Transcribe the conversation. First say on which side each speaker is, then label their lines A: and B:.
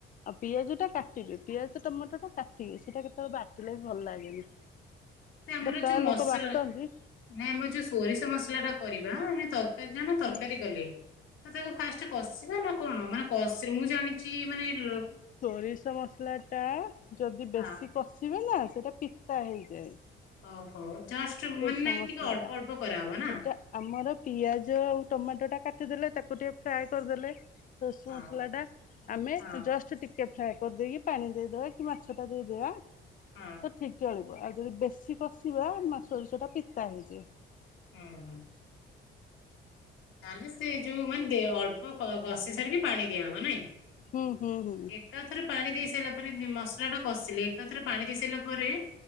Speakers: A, on the left (about 45°); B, on the left (about 80°).
A: ଆଉ ପିଆଜ ଟା କାଟି <unintelligible> ପିଆଜ ଟମାଟଟା କାଟି ବେ ସେଟା କେତବେଳେ ବାଟିଲେ ବି ଭଲ ଲାଗେନି।
B: ସେ ଆମର
A: <unintelligible>
B: ଯୋଉ ମସଲା
A: ଲୋକ ବାଟନ୍ତି।
B: ନାଇଁ ଆମର ଯୋଉ ସୋରିଷ ମସଲା ଟା କରିବା ଆମେ ତରକାରୀ ଜାଣ ତରକାରୀ
A: ହୁଁ।
B: କଲେ। ତ ତାକୁ ଫାଷ୍ଟେ କଷିବା ନା କଣ ମାନେ କ ମୁଁ ଜାଣିଚି ମାନେଲୋ
A: ସୋରିଷ ମସଲାଟା ଯଦି
B: ହଁ
A: ବେଶୀ କଷିବେ ନା ସେଟା ପିତା ହେଇଯାଏ।
B: ଓହୋ ଜଷ୍ଟ ମାନେ
A: ସୋରିଷ
B: ନାଇଁ
A: ମସଲା
B: ଟିକେ ଅଳ୍ପ
A: ଟା।
B: ଅଳ୍ପ କରାହବ
A: ସେଇଟା
B: ନା?
A: ଆମର ପିଆଜ ଆଉ ଟମାଟଟା କାଟିଦେଲେ ତାକୁ ଟିକେ ଫ୍ରାଏ କରିଦେଲେ ସୋତିଷ
B: ହଁ
A: ମସଲା ଟା ଆମେ
B: ହଁ
A: ଜଷ୍ଟ ଟିକେ ଟିକେ ଫ୍ରାଏ କରିଦେଇକି ପାଣି ଦେଇଦବା କି ମାଛ ଟା ଦେଇଦବା।
B: ହଁ।
A: ଠିକ୍ ଚଳିବ ଆଉ ଯଦି ବେଶୀ କଷିବା ସୋରିଷ ଟା ପିତା ହେଇଯାଏ।
B: ହୁଁ ହୁଁ। ତାହେଲେ ସେ ଯୋଉ ମାନେ ଅଳ୍ପ କଷି ସାରିକି ପାଣି ଦିଆହବ ନାଇଁ?
A: ହୁଁ ହୁଁ ହୁଁ ହୁଁ
B: ଏକାଥରେ ପାଣି ଦେଇ ସାରିଲା ପରେ ମସଲା ଟା କଷିଲି ଏକାଥରେ ପାଣି ଦେଇ ସାରିଲା ପରେ